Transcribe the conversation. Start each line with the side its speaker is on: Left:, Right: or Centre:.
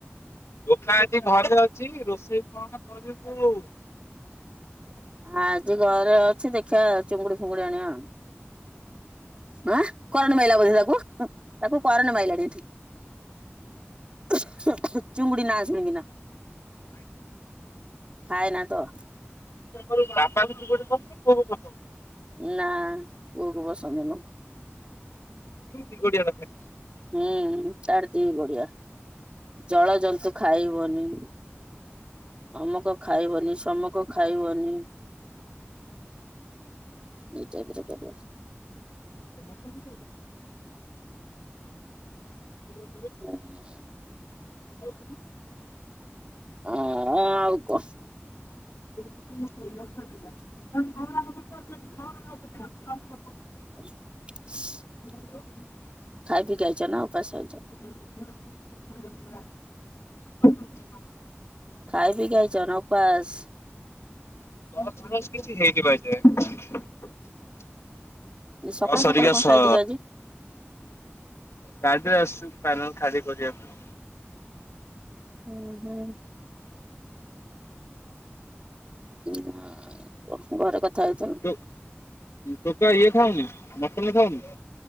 Left: ଟୋକା ଆଜି ଘରେ ଅଛି ରୋଷେଇ କଣ କରିବୁ?
Right: ଆଜି ଘରେ ଅଛି ଦେଖିଆ ଚିଙ୍ଗୁଡି ଫିଙ୍ଗୁଡି ଆଣିବା। ଆଁ କରେଣ୍ଡ ମାଇଲା ବୋଧେ ତାକୁ ତାକୁ କରେଣ୍ଡ ମାଇଲାଣି ଏଠି। ଚିଙ୍ଗୁଡ଼ି ନାଆ ସୁଣିକିନା। ଖାଇନା ତ?
Left: ବାପା କୁ ଚିଙ୍ଗୁଡ଼ି ପସନ୍ଦ, ପୁଅ କୁ ପ
Right: ନା ପୁଅକୁ ପସନ୍ଦନୁ।
Left: <unintelligible>
Right: ହୁଁ ତାର ଦି ଗୋଡିଆ ଜଳ ଜନ୍ତୁ ଖାଇବନି। ଅମକ ଖାଇବନି ଶମକ ଖାଇବନି। ଏଇଟାଇପର କରିଆ।
Left: ଆ ମୋ ପାଇଁ ବି କରିବେ। <inaudible>
Right: <inaudible>
Left: <unintelligible>
Right: ଉଁ ଆଉ କ
Left: <unintelligible>
Right: <unintelligible>
Left: <unintelligible>
Right: ଖାଇ ପି କି ଆଇଚ ନା ଉପାସ ଆଇଚ?
Left: <unintelligible>
Right: ଖାଇ ପି କି ଆଇଚ ନା ଓପାସ?
Left: <unintelligible>
Right: ସକାଳୁ
Left: ନ ସରିକା
Right: ସକାଳୁ କଣ
Left: ସ
Right: ସାଇଟିକି
Left: ଗାଡିରେ ଆସୁ ପ୍ୟାନେଲ ଖାଲି କରି ପାଇଁ।
Right: ଉଁ ହୁଁ। ନା ଘରେ କଥା ହଉଥ।
Left: ଟୁ ଟୋକା ଇଏ ଖାଉନି ମଟନ ଖାଉନି?